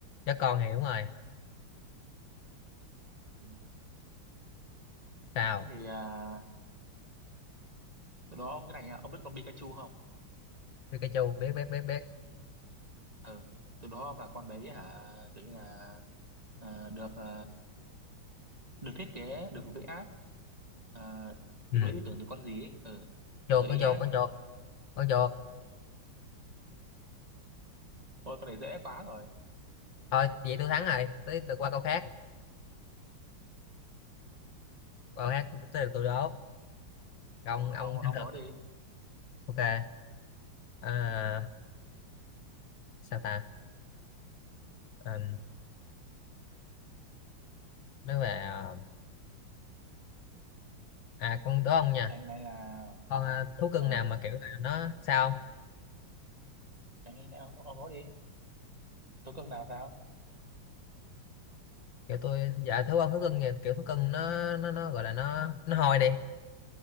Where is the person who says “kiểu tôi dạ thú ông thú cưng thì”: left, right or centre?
Left